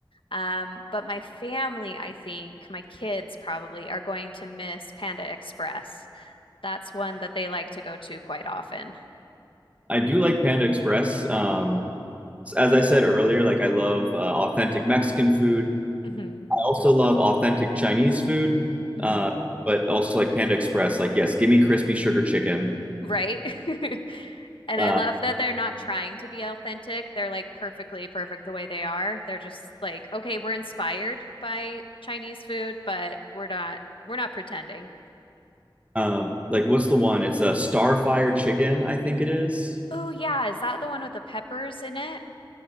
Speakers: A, on the left (about 75°); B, on the right (about 15°).
A: Um, but my family, I think, my kids probably are going to miss Panda Express. That's one that they like to go to quite often,
B: I do like Panda Express. Um, as I said earlier, like I love uh, authentic Mexican food.
A: hmm
B: I also love authentic Chinese food,
A: hmm
B: uh, but also like Panda Express. Like, yes, give me crispy sugar chicken.
A: right? <laughs> And
B: Uh,
A: I love that they're not trying to be authentic. They're like perfectly perfect the way they are. They're just like, okay, we're inspired by Chinese food, but we're not we're not pretending.
B: um, like, what's the one? It's a Starfire chicken, I think it is.
A: Oh yeah, is that the one with the peppers in it?